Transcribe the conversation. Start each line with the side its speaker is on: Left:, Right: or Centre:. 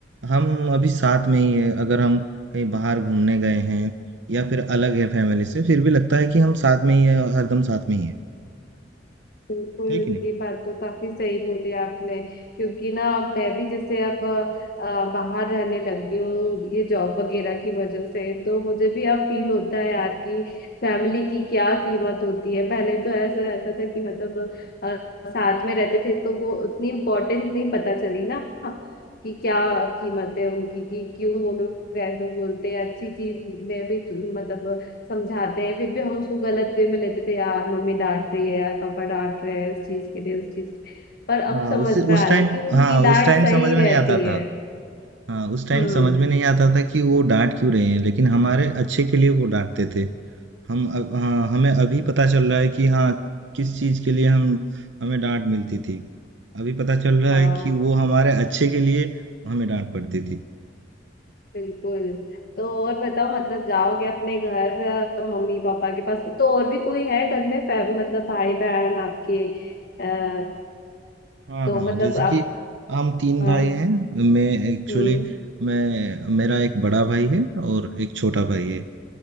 Right: हम अभी साथ में ही है अगर हम कहीं बाहर घूमने गए हैं या फिर अलग है फैमिली से फिर भी लगता है कि हम साथ में ही है हरदम साथ में ही है
Left: बिल्कुल
Right: है कि नहीं
Left: ये बात तो काफी सही बोले आपने क्योंकि ना अब मैं भी जैसे अब अ, बाहर रहने लगी हूँ ये जॉब वगैरह की वजह से तो मुझे भी अब फील होता है यार कि फैमिली की क्या कीमत होती है पहले तो ऐसा रहता था कि मतलब अ, साथ में रहते थे तो वो उतनी इम्पोर्टेंस नहीं पता चली ना कि क्या कीमत है उनकी कि क्यों वो लोग ऐसा बोलते हैं अच्छी चीज में भी तो मतलब समझाते हैं फिर भी हम उसको गलत वे में लेते थे यार मम्मी डांट रही है यार पापा डांट रहे हैं इस चीज के लिए उस चीज पर अब
Right: हाँ
Left: समझ
Right: उस
Left: में
Right: उस
Left: आ
Right: टाइम
Left: रहा है कि उनकी
Right: हाँ उस
Left: डांट
Right: टाइम
Left: सही
Right: समझ में नहीं
Left: रहती
Right: आता
Left: है
Right: था हाँ उस टाइम
Left: हम्म
Right: समझ में नहीं आता था कि वो डांट क्यों रहे हैं लेकिन हमारे अच्छे के लिए वो डांटते थे हम अब हाँ, हमें अभी पता चल रहा है कि हाँ किस चीज के लिए हम हमें डांट मिलती थी अभी पता चल रहा
Left: हाँ
Right: है कि वो हमारे अच्छे के लिए हमें डांट पड़ती थी
Left: बिल्कुल तो और बताओ मतलब जाओगे अपने घर अ, मम्मी पापा के पास तो और भी कोई है घर में फैम मतलब भाई बहन आपके आ,
Right: हाँ
Left: तो
Right: हाँ
Left: मतलब
Right: जैसे
Left: आप
Right: कि हम तीन
Left: हाँ
Right: भाई हैं मैं एक्चुअली
Left: हम्म
Right: मैं मेरा एक बड़ा भाई है और एक छोटा भाई है